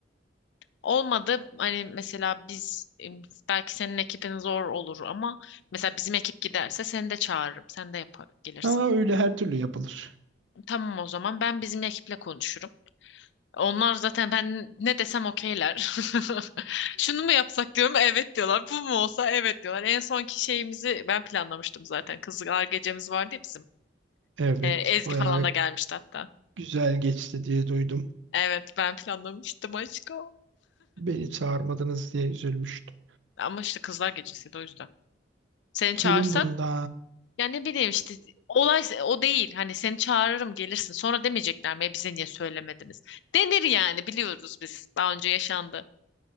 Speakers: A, on the left (about 70°); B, on the right (about 85°).
A: Olmadı hani mesela biz em, belki senin ekibin zor olur ama mesela bizim ekip giderse seni de çağırırım. Sen de yapar, gelirsin.
B: Ha öyle her türlü yapılır.
A: Tamam o zaman ben bizim ekiple konuşurum. Onlar zaten ben ne desem okeyler. <laughs> Şunu mu yapsak diyorum evet diyorlar. Bu mu olsa evet diyorlar. En sonki şeyimizi ben planlamıştım zaten. Kızlar gecemiz vardı ya bizim.
B: Evet,
A: Ee, Ezgi
B: bayağı
A: falan da gelmişti hatta.
B: güzel geçti diye duydum.
A: Evet ben planlamıştım aşkım.
B: Beni çağırmadınız diye üzülmüştüm.
A: Ama işte kızlar gecesiydi o yüzden. Seni
B: Kimin
A: çağırsak
B: umrunda?
A: ya ne bileyim işte olay se- o değil. Hani seni çağırırım gelirsin. Sonra demeyecekler mi "E, bize niye söylemediniz? Denir yani biliyoruz biz. Daha önce yaşandı.